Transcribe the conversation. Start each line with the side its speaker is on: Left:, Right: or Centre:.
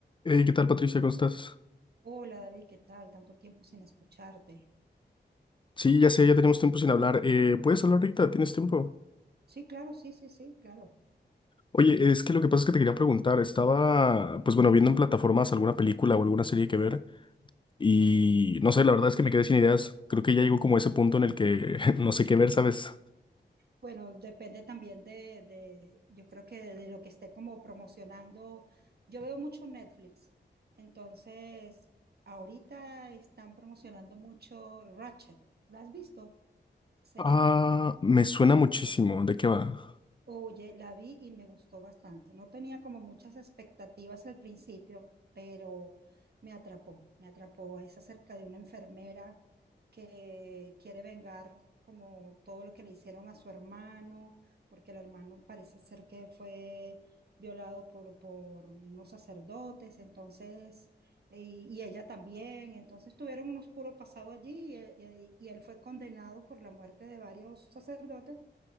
Left: Hey, ¿qué tal, Patricia? ¿Cómo estás?
Right: Hola David, ¿qué tal? Tanto tiempo sin escucharte.
Left: Sí, ya sé, ya tenemos tiempo sin hablar. Eh, ¿puedes hablar ahorita? ¿Tienes tiempo?
Right: Sí, claro, sí, sí, sí, claro.
Left: Oye, es que lo que pasa es que te quería preguntar. Estaba, pues bueno, viendo en plataformas alguna película o alguna serie que ver y no sé, la verdad es que me quedé sin ideas. Creo que ya llegó como a ese punto en el que <laughs> no sé qué ver, ¿sabes?
Right: Bueno, depende también de, de yo creo que de, de lo que esté como promocionando. Yo veo mucho Netflix, entonces ahorita están promocionando mucho Ratchet. ¿La has visto? Serie
Left: Ah,
Right: Ratchet.
Left: me suena muchísimo. ¿De qué va?
Right: Oye, la vi y me gustó bastante. No tenía como muchas expectativas al principio, pero me atrapó, me atrapó. Es acerca de una enfermera que quiere vengar como todo lo que le hicieron a su hermano, porque el hermano parece ser que fue violado por, por unos sacerdotes, entonces, eh, y, ella también. Entonces tuvieron un oscuro pasado allí y y- y él fue condenado por la muerte de varios sacerdotes